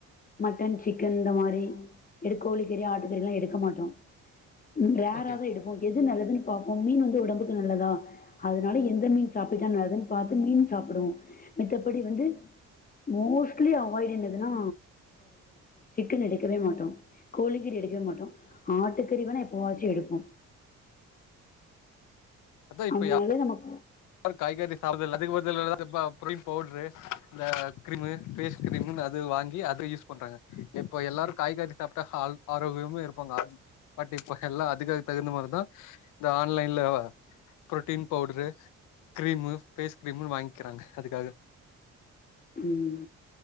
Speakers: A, on the left (about 30°); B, on the left (about 85°).
A: மட்டன் சிக்கன் இந்த மாரி எடு கோழி கறி ஆட்டுக்கறி எல்லா எடுக்க மாட்டோ ம் ரேரா
B: ஓகே
A: தா எடுப்போ எது நல்லதுன்னபாப்போ மீன் வந்து உடம்புக் நல்லதா அதனால எந்த மீன் சாப்பிட்டா நல்லதுன் பாத்து மீன் சாப்பிடுவோ மித்தபடி வந்து மோஸ்ட்லி அவாய்ட் என்னதுன்னா சிக்கன் எடுக்கவே மாட்டோ கோழிகறி எடுக்கவே மாட்டோ ஆட்டுக்கறி வேணா எப்பவாச்சு எடுப்போ
B: அதா இப்ப
A: அதனாலே
B: யா
A: நமக்
B: காய்கறி சாப்ப <unintelligible> பவுடரு இந்த கிரீமு ஃபேஸ் கிரீமுன் அது வாங்கி அத யூஸ் பண்றாங்க இப்போ எல்லாரு காய்கறி சாப்ட்டா ஹால் ஆரோக்கியமா இருப்பாங்க பட் இப்போ எல்லா அதிகு தகுந்த மாரிதா இந்த ஆன்லைன்ல பிரோட்டீன் பவுடரு கிரீமு ஃபேஸ் கிரீமுன் வாங்கிக்கிறாங்க அதுக்காக
A: ம்